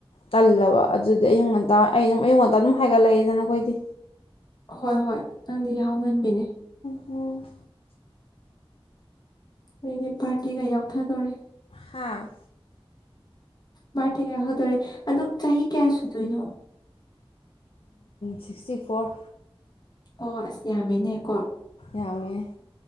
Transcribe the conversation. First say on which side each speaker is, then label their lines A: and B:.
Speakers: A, on the left; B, on the left.
A: ꯇꯜꯂꯕ ꯑꯗꯨꯗꯤ ꯑꯌꯨꯛ ꯉꯟꯇꯥ ꯑꯩ ꯑꯗꯨꯝ ꯑꯌꯨꯛ ꯉꯟꯇ ꯑꯗꯨꯝ ꯍꯥꯏꯒꯠꯂꯛꯏꯦꯗꯅ ꯑꯩꯈꯣꯏꯗꯤ
B: ꯍꯣꯏ ꯍꯣꯏ ꯅꯪꯗꯤ ꯌꯥꯍꯧ ꯉꯟꯕꯤꯅꯤ
A: ꯎꯝ
B: ꯃꯁꯤꯒꯤ ꯕꯥꯔꯗꯦꯒ ꯌꯥꯎꯊꯗꯣꯔꯦ
A: ꯍꯥꯥ
B: ꯕꯥꯔꯗꯦ ꯌꯥꯎꯗꯨꯔꯦ ꯑꯗꯨ ꯆꯥꯍꯤ ꯀꯌꯥꯁꯨꯗꯣꯏꯅꯣ
A: ꯁꯤꯛꯁꯇꯤ ꯐꯣꯔ
B: ꯑꯣ ꯑꯁ ꯌꯥꯝꯃꯦꯅꯦꯀꯣ
A: ꯌꯥꯝꯃꯦ